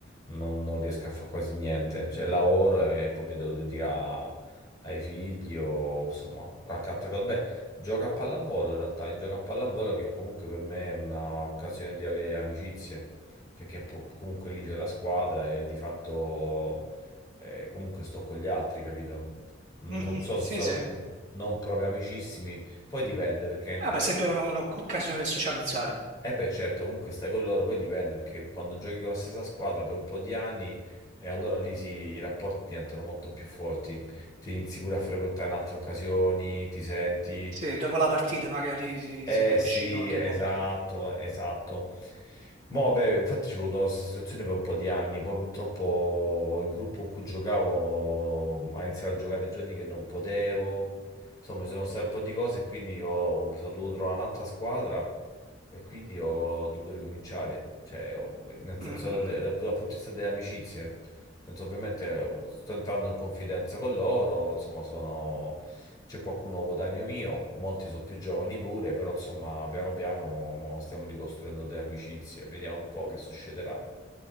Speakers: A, on the left; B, on the right.
A: non, non riesco a fare quasi niente, cioè lavoro e poi mi devo dedicare a- ai figli o insomma qualche altra cosa. Beh, gioco a pallavolo in realtà, io gioco a pallavolo che comunque per me è un'occasione di avere amicizie, perché po- comunque lì c'è la squadra e di fatto eh, comunque sto con gli altri, capito? non
B: Mhm,
A: so
B: sì,
A: se sono
B: sì.
A: mh, non proprio amicissimi, poi dipende perché...
B: Ah,
A: co-
B: beh, sempre uno- un'occasione per socializzare.
A: Eh beh, certo, comunque stai con loro, poi dipende perché quando giochi con la stessa squadra per un po' di anni e allora lì sì, i rapporti diventano molto più forti, ti inizi pure a frequentare in altre occasioni, ti senti...
B: Sì, dopo la partita magari si,
A: Eh
B: si può
A: sì,
B: uscire qualche
A: esatto,
B: volta.
A: esatto. Mo, beh, infatti c'è avuto questa situazione per un po' di anni, poi purtroppo il gruppo con cui giocavo ha iniziato a giocare giorni che non potevo, insomma ci sono state un po' di cose e quindi ho- mi sono dovuto trovare un'altra squadra e quindi ho dovuto ricominciare, cioè ho- nel senso
B: Mm, mm,
A: de-
B: mm.
A: dal punto di vista delle amicizie, nel senso ovviamente eh, sto entrando in confidenza con loro, insomma sono c'è qualcuno coetaneo mio, molti sono più giovani pure, però insomma piano piano mo stiamo ricostruendo delle amicizie, vediamo un po' che succederà.